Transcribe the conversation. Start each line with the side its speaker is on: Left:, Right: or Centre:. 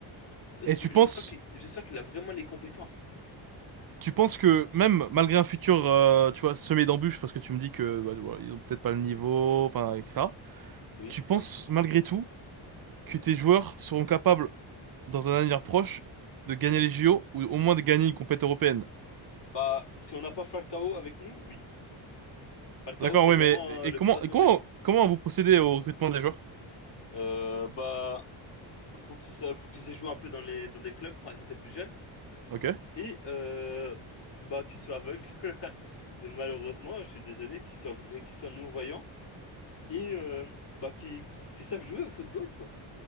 Left: Parce
Right: Et
Left: que
Right: tu penses,
Left: je sens qu'il, je sens qu'il a vraiment les compétences.
Right: tu penses que même malgré un futur, euh, tu vois, semé d'embûches, parce que tu me dis que bah, tu vois, ils ont peut-être pas le niveau, enfin, et etc.
Left: Oui.
Right: Tu penses malgré tout que tes joueurs seront capables, dans un avenir proche, de gagner les JO ou au moins de gagner une compétition européenne?
Left: Bah, si on n'a pas Falcao avec nous, oui. Falcao,
Right: D'accord,
Left: c'est
Right: oui,
Left: vraiment
Right: mais
Left: euh,
Right: et
Left: le
Right: comment,
Left: poison
Right: et comment,
Left: de l'équipe.
Right: comment vous procédez au recrutement des joueurs?
Left: Euh, bah, faut qu'il sa- faut qu'ils aient joué un peu dans les, dans des clubs quand ils étaient plus jeunes.
Right: Ok. Ouais,
Left: Et euh, bah, qu'ils soient aveugles. <laughs> Malheureusement, je suis désolé, qu'ils soient, qu'ils soient non-voyants. et euh, bah, qui, qui savent jouer au football, quoi.